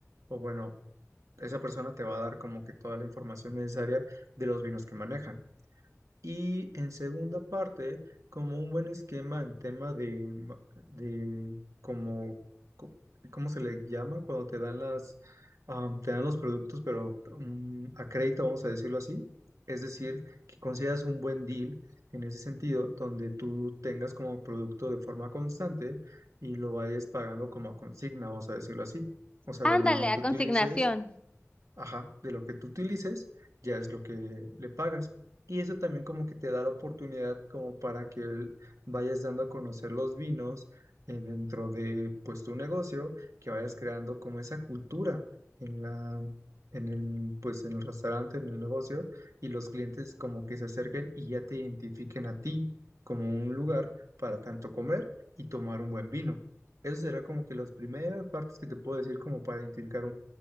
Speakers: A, on the right (about 80°); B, on the left (about 20°).
A: o bueno, esa persona te va a dar como que toda la información necesaria de los vinos que manejan. Y en segunda parte, como un buen esquema en tema de, ma- de como, co- ¿cómo se le llama? Cuando te dan las, am, te dan los productos, pero mm, a crédito, vamos a decirlo así. Es decir, que consideras un buen deal en ese sentido, donde tú tengas como producto de forma constante y lo vayas pagando como a consigna, vamos a decirlo así. O sea,
B: Ándale,
A: de lo, lo
B: a
A: que
B: consignación.
A: utilices Ajá, de lo que tú utilices, ya es lo que le pagas. Y eso también como que te da la oportunidad como para que el- vayas dando a conocer los vinos eh, dentro de pues tu negocio, que vayas creando como esa cultura en la, en el, pues en el restaurante, en el negocio, y los clientes como que se acerquen y ya te identifiquen a ti como un lugar para tanto comer y tomar un buen vino. Eso será como que las primeras partes que te puedo decir como para identificar